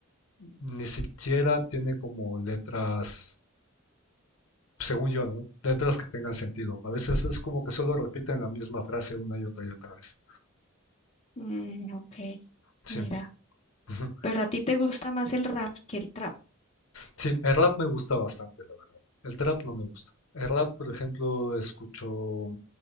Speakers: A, on the left; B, on the left.
A: ni siquiera tiene como letras, según yo, ¿no? Letras que tengan sentido. A veces es como que solo repiten la misma frase una y otra y otra vez.
B: Mm, ok,
A: Sí.
B: mira.
A: ujú.
B: Pero a ti te gusta más el rap que el trap.
A: Sí, el rap me gusta bastante, la verdad. El trap no me gusta. El rap, por ejemplo, escucho.